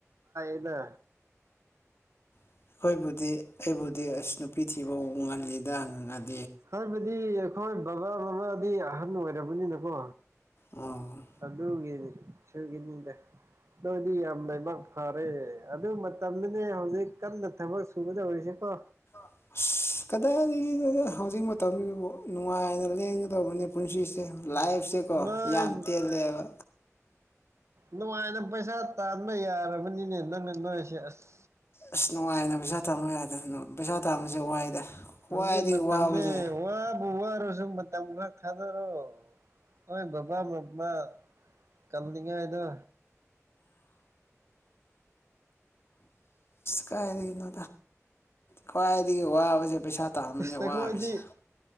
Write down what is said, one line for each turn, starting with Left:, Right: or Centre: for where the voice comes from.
Right: ꯏꯅ
Left: ꯑꯩꯈꯣꯏꯕꯨꯗꯤ ꯑꯩꯕꯨꯗꯤ ꯑꯁ ꯅꯨꯄꯤ ꯊꯤꯕ ꯎ ꯉꯍꯜꯂꯤꯗ ꯍꯪꯉꯗꯤ
Right: ꯍꯥꯏꯕꯗꯤ ꯑꯩꯈꯣꯏ ꯕꯕꯥ ꯃꯃꯥꯗꯤ ꯑꯍꯟ ꯑꯣꯏꯔꯕꯅꯤꯅꯀꯣ
Left: ꯑꯣ
Right: ꯑꯗꯨꯒꯅꯤ ꯁꯒꯤꯅꯤꯗ ꯅꯣꯏꯗꯤ ꯌꯥꯝ ꯂꯩꯥꯏꯕꯥꯛ ꯐꯔꯦ ꯑꯗꯨ ꯃꯇꯝꯗꯅꯦ ꯍꯧꯖꯤꯛ ꯀꯟꯅ ꯊꯕꯛ ꯁꯨꯒꯗꯧꯔꯤꯁꯤꯀꯣ
Left: ꯑ ꯀꯗꯥꯏ ꯍꯧꯖꯤꯛ ꯇꯕꯤꯕꯨ ꯅꯨꯡꯉꯥꯏꯅ ꯂꯦꯡꯒꯗꯕꯅꯤ ꯄꯨꯟꯁꯤꯁꯦ ꯂꯥꯏꯐꯁꯦꯀꯣ
Right: ꯅꯣꯏ
Left: ꯌꯥꯝ ꯇꯦꯜꯂꯦꯕ
Right: ꯅꯨꯡꯉꯥꯏꯅ ꯄꯩꯁꯥ ꯇꯥꯟꯕ ꯌꯥꯔꯕꯅꯤꯅꯦ ꯅꯪꯅ ꯅꯣꯏꯁꯦ ꯑꯁ
Left: ꯑꯁ ꯅꯨꯡꯉꯥꯏꯅ ꯄꯩꯁꯥ ꯇꯥꯟꯕ ꯌꯥꯗꯦꯗꯅ ꯄꯩꯁꯥ ꯇꯁꯦ ꯋꯥꯏꯗ ꯈ꯭ꯋꯥꯏꯗꯒꯤ
Right: ꯍꯧꯜꯖꯤ ꯃꯗꯤ
Left: ꯋꯥꯕꯁꯦ
Right: ꯍꯕꯨ ꯋꯥꯔꯣꯁꯨꯨꯝ ꯇ ꯈꯔ ꯈꯥꯗ ꯔꯣꯣꯏ ꯕꯕꯥ ꯃꯃ ꯀꯜꯂꯤꯉ ꯏꯗꯣ
Left: ꯀꯥꯏꯏꯗꯒꯤꯅꯣ ꯈ꯭ꯋꯥꯏꯗꯒꯤ ꯋꯥꯕꯁꯦ ꯄꯩꯁꯥ ꯍꯞꯇꯥꯕꯅꯦꯦ
Right: ꯏꯁ
Left: ꯋꯥꯕꯁꯦ
Right: ꯑꯩꯈꯣꯏꯗꯤ